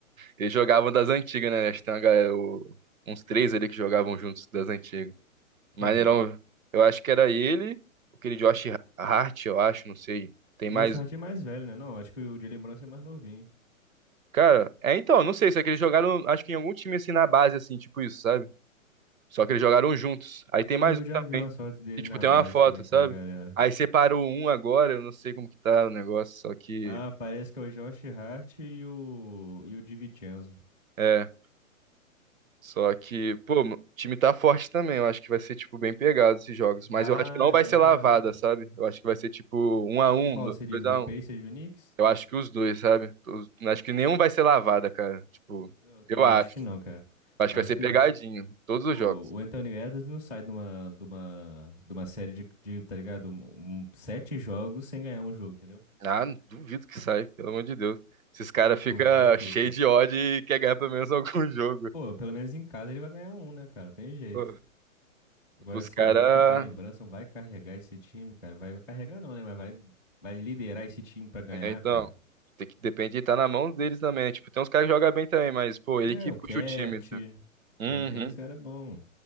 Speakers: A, on the right (about 70°); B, in the centre.
A: Eles jogavam das antigas, né? Acho que tem uma galera, o- uns três ali que jogavam juntos das antigas.
B: Quem?
A: Maneirão, eu acho que era ele, aquele Josh Hart, eu acho, não sei. Tem
B: O
A: mais.
B: Josh Hart é mais velho, né? Não, acho que o Jalen Brunson é mais novinho.
A: Cara, é então, não sei, se é que eles jogaram, acho que em algum time assim na base, assim, tipo isso, sabe? Só que eles jogaram juntos. Aí tem
B: Eu
A: mais
B: vi, eu
A: um
B: já
A: também.
B: vi umas fotos dele
A: E, tipo,
B: na
A: tem
B: base
A: uma foto,
B: também
A: sabe?
B: com a galera.
A: Aí separou um agora, eu não sei como que tá o negócio, só que.
B: Ah, parece que é o Josh Hart e o, e o DiVincenzo.
A: é. Só que, pô, o time tá forte também. Eu acho que vai ser, tipo, bem pegado esses jogos. Mas
B: Ah,
A: eu acho que não
B: é,
A: vai ser lavada,
B: caraca.
A: sabe? Eu acho que vai ser, tipo, um a um,
B: Qual
A: do-
B: você diz,
A: dois a
B: do Pacers
A: um.
B: e do Knicks?
A: Eu acho que os dois, sabe? Os- Acho que nenhum vai ser lavada, cara. Tipo,
B: Eu também
A: eu acho.
B: acho que não, cara.
A: Acho
B: Eu
A: que
B: acho
A: vai ser
B: que
A: pegadinho. Todos os
B: pô,
A: jogos.
B: o Anthony Edwards não sai de uma, de uma, de uma série de, de, tá ligado? Um- um- sete jogos sem ganhar um jogo, entendeu?
A: Ah, duvido que sai, pelo amor de Deus. Esses caras ficam
B: Não, não fica.
A: cheios de ódio e quer ganhar pelo menos algum <laughs> jogo.
B: Pô, pelo menos em casa ele vai ganhar um, né, cara? Não tem jeito.
A: Pô,
B: Agora,
A: Os
B: será
A: caras.
B: que o Jalen Brunson vai carregar esse time, cara? Vai, vai carregar não, né? Mas vai, vai liderar esse time pra ganhar,
A: É, então.
B: cara.
A: Tem que, depende de estar na mão deles também. né? Tipo, tem uns caras que jogam bem também, mas, pô, ele
B: É,
A: que
B: o
A: puxa
B: Cat,
A: o time. tá Uhum.
B: tem, tem uns caras bons.